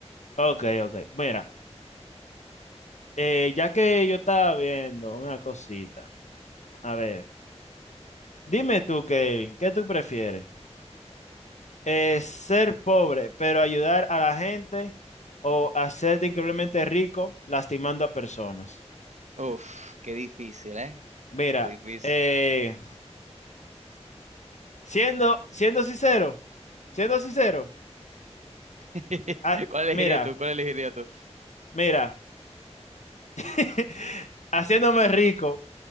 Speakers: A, on the left (about 85°); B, on the right (about 85°).
A: Ok, ok. Mira, eh, ya que yo estaba viendo una cosita, a ver, dime tú, Kevin, ¿qué tú prefieres? eh, ser pobre, pero ayudar a la gente o hacerte increíblemente rico lastimando a personas.
B: Uf, qué difícil, ¿eh?
A: Mira,
B: Qué difícil.
A: eh, siendo, siendo sincero, siendo sincero,
B: <laughs>
A: ah,
B: ¿Cuál
A: mira,
B: elegirías tú? ¿Cuál elegirías tú?
A: mira, <laughs> haciéndome rico